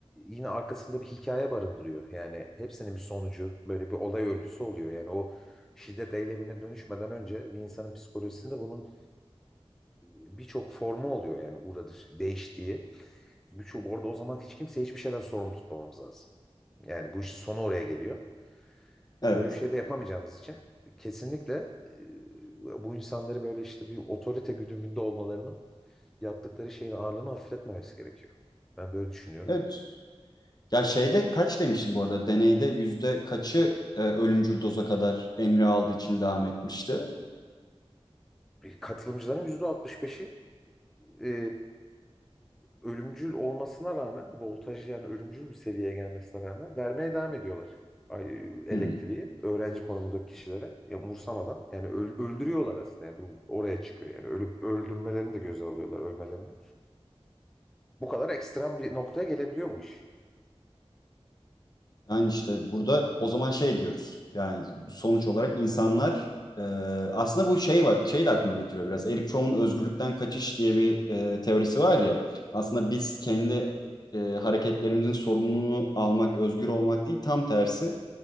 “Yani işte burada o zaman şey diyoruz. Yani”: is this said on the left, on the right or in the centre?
Left